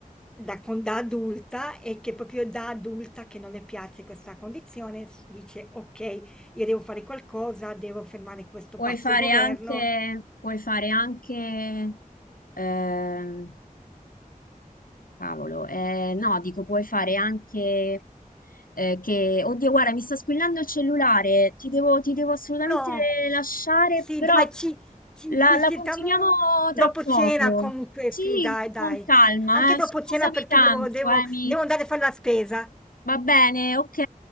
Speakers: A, in the centre; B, on the left.
A: da con da adulta e che proprio da adulta che non le piace questa condizione s dice: "Okay, io devo fare qualcosa, devo fermare questo
B: Puoi
A: pazzo
B: fare
A: governo".
B: anche, puoi fare anche, ehm, cavolo, eh, no, dico puoi fare anche eh, che, oddio, guarda, mi sta squillando il cellulare, ti devo, ti devo assolutamente
A: No.
B: lasciare,
A: Sì
B: però
A: dai, ci ci
B: la,
A: ci
B: la
A: sentiamo
B: continuiamo
A: dopo
B: tra poco.
A: cena comunque,
B: Sì,
A: sì dai, dai.
B: con calma,
A: Anche dopo
B: eh, scusami
A: cena perché
B: tanto,
A: devo devo
B: Amy.
A: devo andare a fare la spesa.
B: Va bene, ok,